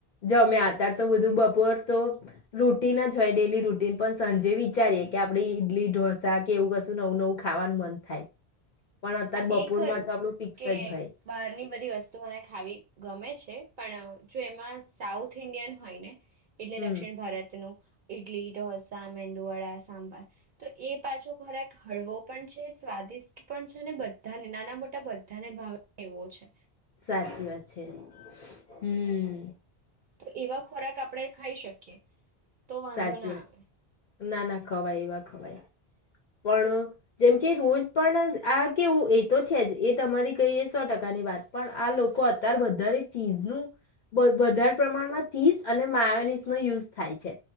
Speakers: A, on the left; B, on the right.
A: જમ્યા અતાર તો બધું બપોર તો રૂટીન જ હોય ડેલી રૂટીન પણ સંંજે વિચારીએ કે આપડ ઈડલી ઢોસા કે એવું કશું નવું નવું ખાવાનું મન થાય પણ અત્યારે
B: હા
A: બપોરમાં
B: એ ખરું
A: તો આપણું ફિક્સ
B: કે
A: જ હોય
B: બહારની બધી વસ્તુ મને ખાવી ગમે છે પણ જો એમાં સાઉથ ઇન્ડિયન હોય ને એટલે
A: હમ્મ.
B: દક્ષિણ ભારતનું ઈડલી ઢોસા મેંદુવાડાા સાંભાર તો એ પાછો ખોરાક હળવો પણ છે સ્વાદિષ્ટ પણ છે ને બ બધાને નાના મોટા બધાને ભાવે એવો છે
A: સાચી વાત છે હમ્મ
B: તો એવા ખોરાક આપણે ખાઈ શકીએ તો વાંધો
A: સાચી
B: ના
A: વાત
B: આવે
A: ના ના ખવાઈ એવા ખવાાઈ પણ જેમ કે રોજ પણ આ કેવું એ તો છે જ એ તમારી કહીએ સો ટકાની વાત પણ આ લોકો અત્યારે વધારે ચીઝનું વ વધારે પ્રમાણમાં ચીઝ અને માયોનીઝ નો યુઝ થાય છે